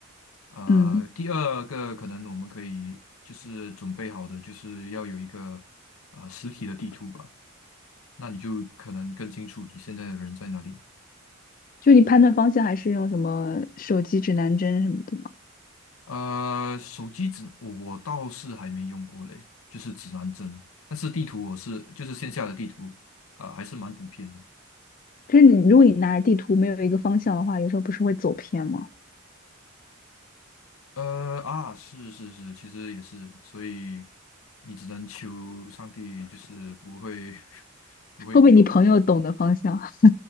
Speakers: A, on the left; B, on the left.
A: 呃，
B: 嗯，
A: 第二个可能我们可以就是准备好的就是要有一个呃实体的地图吧。那你就可能更清楚你现在的人在哪里。
B: 就你判断方向还是用什么手机指南针什么的吗？
A: 呃，手机指我我倒是还没用过嘞，就是指南针，但是地图我是就是线下的地图啊，还是蛮普遍的。
B: 可是你如果你拿着地图没有一个方向的话，有时候不是会走偏吗？
A: 呃啊，是是是，其实也是，所以你只能求上帝，就是不会 <laughs> 不会迷路吧？
B: 会不会你朋友懂得方向？<laughs>